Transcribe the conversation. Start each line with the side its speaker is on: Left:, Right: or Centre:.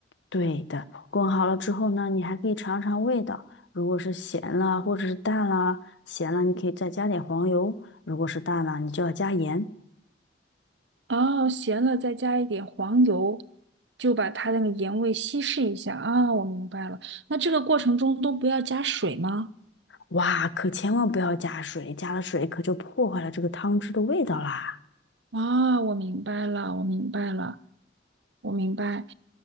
Left: 对的，滚好了之后呢，你还可以尝尝味道。如果是咸了或者是淡了，咸了你可以再加点黄油；如果是淡了，你就要加盐。
Right: 哦，咸了再加一点黄油，就把它那个盐味稀释一下。啊，我明白了。那这个过程中都不要加水吗？
Left: 哇，可千万不要加水，加了水可就破坏了这个汤汁的味道啦。
Right: 啊，我明白了，我明白了。我明白。